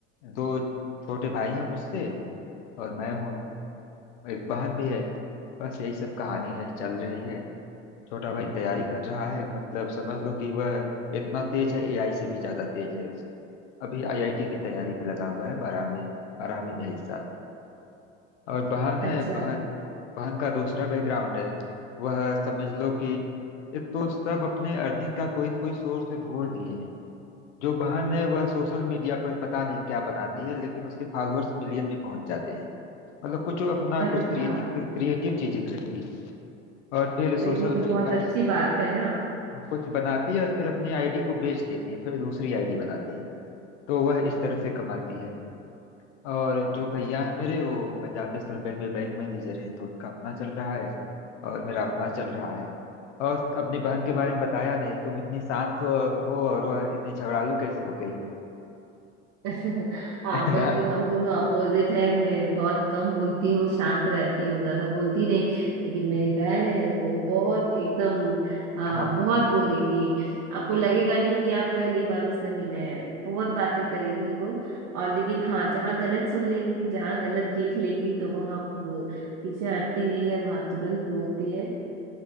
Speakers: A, on the left; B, on the right.
A: दो छोटे भाई हैं मुझसे और मैं हूँ एक बहन भी है बस यही सब कहानी है चल रही है छोटा भाई तैयारी कर रहा है मतलब समझ लो कि वह इतना तेज है एआई से भी ज्यादा तेज है अभी आईआईटी की तैयारी में लगा हुआ है बारहवीं बारहवीं में इस साल और बहन
B: अच्छा
A: है बहन बहन का दूसरा बैकग्राउंड है वह समझ लो कि एक तो सब अपने अर्निंग का कोई न कोई सोर्स ढूंढ लिए हैं जो बहन है वह सोशल मीडिया पर पता नहीं क्या बनाती है लेकिन उसके फॉलोअर्स मिलियन में पहुंच जाते हैं मतलब कुछ वो अपना
B: अरे
A: कुछ क्रिएटिव
B: वाह
A: क्रिएटिव चीजें करती है और फिर
B: तो ये
A: सोशल
B: तो
A: मीडिया
B: बहुत अच्छी बात है ना
A: कुछ बनाती है और फिर अपनी आईडी को बेच देती है फिर दूसरी आईडी बनाती है तो वह इस तरह से कमाती है और जो भैया है मेरे वो पंजाब नेशनल बैंक में बैंक मैनेजर है तो उनका अपना चल रहा है और मेरा अपना चल रहा है और अपनी बहन के बारे में बताया नहीं तुम इतनी शांत हो हो और वह इतनी झगड़ालू कैसे हो गई
B: <laughs> हाँ
A: <laughs> है
B: बिल्कुल
A: ना
B: हम दोनों अपोजिट हैं मैं बहुत कम बोलती हूँ शांत रहती हूँ ज्यादा बोलती नहीं लेकिन मेरी बहन है वो बहुत एकदम आ,
A: हाँ
B: बहुत बोलेगी आपको लगेगा नहीं कि आप पहली बार उससे मिले हैं बहुत बातें करेगी वो और लेकिन हाँ जहाँ गलत सुन लेगी जहाँ गलत देख लेगी तो वहाँ वो पीछे हटती नहीं है वहाँ तुरंत बोलती है